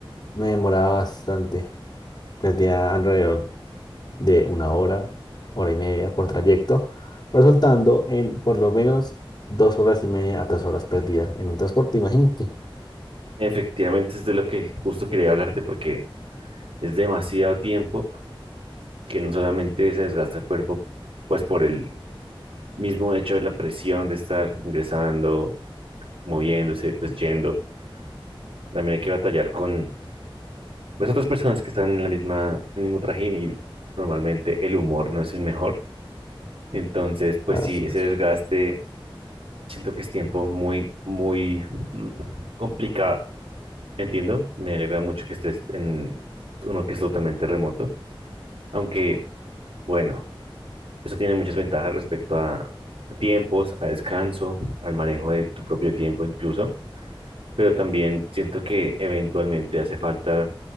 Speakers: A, on the left (about 50°); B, on the right (about 75°).
A: me demoraba bastante. Perdía alrededor de una hora, hora y media por trayecto, resultando en por lo menos dos horas y media a tres horas perdidas en un transporte, imagínate.
B: Efectivamente, es de lo que justo quería hablarte porque es demasiado tiempo que no solamente se desgasta el cuerpo, pues por el mismo hecho de la presión de estar ingresando, moviéndose, pues yendo, también hay que batallar con pues, otras personas que están en la misma, en el mismo trajín y normalmente el humor no es el mejor. Entonces, pues
A: Así
B: sí, ese
A: es.
B: desgaste siento que es tiempo muy, muy mm, complicado. Entiendo, me alegra mucho que estés en uno que es totalmente remoto Aunque, bueno, eso tiene muchas ventajas respecto a, a tiempos, a descanso, al manejo de tu propio tiempo incluso, pero también siento que eventualmente hace falta